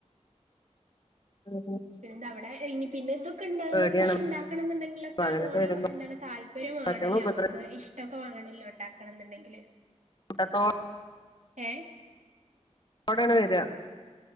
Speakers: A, on the left (about 40°); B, on the right (about 80°).
A: <unintelligible>
B: പിന്നെ എന്തവിടെ ഇനി പിന്നെ ഇതൊക്കെ ഇണ്ടാവുമ്പോ
A: പേടിയാണ്
B: കൃഷി ഇണ്ടാക്കണം എന്നുണ്ടെങ്കിലൊക്കെ
A: പകലൊക്കെ
B: ഓരോ
A: വരുമ്പോ
B: എന്താണ് താല് ഇവരും വാണല്ലോ
A: മറ്റങ്ങൾ ഉപദ്രവിക്കും
B: നമുക്ക് ഇഷ്ടൊക്കെ വാണലോ ഇണ്ടാക്കണം എന്നുണ്ടെങ്കില്
A: <unintelligible>
B: ഏഹ്?
A: അവടണ് വര്കാ